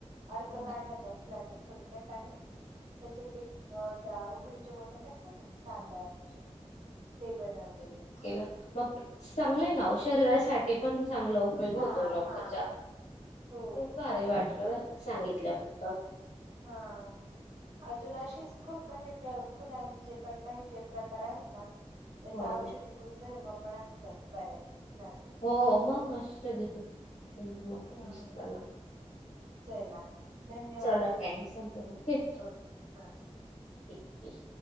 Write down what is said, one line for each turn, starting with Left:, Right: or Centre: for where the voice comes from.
Right: अर्क
Left: हो
Right: काढला त्या फुलाचा थोडक्यात आणि त्याच्यात ते उकडीचे मोदक असतात ना तांदळाचे ते बनवलेले.
Left: केला. मंग चांगलंय ना ओ शरीरा साठी पणं चांगला उपयोग
Right: हा
Left: होतो ना ओ
Right: हा
Left: त्याचा,
Right: हो
Left: खूप भारी वाटलं बरं कां? सांगितल्या पत्त
Right: हा. अजून अशीच खूप म्हणजे प्र फुलांचे पण काही जे प्रकार आहेत ना त्याच
Left: हो
Right: औषधी
Left: हो
Right: गुणधर्म पण असतात, बऱ्याच फुलांचे.
Left: हो मग असत ते <unintelligible> गुणधर्म पण
Right: हम्म
Left: असत ना.
Right: चला. धन्यवाद
Left: चला टाईम संपला.
Right: ओके हा
Left: <unintelligible> ठिकय.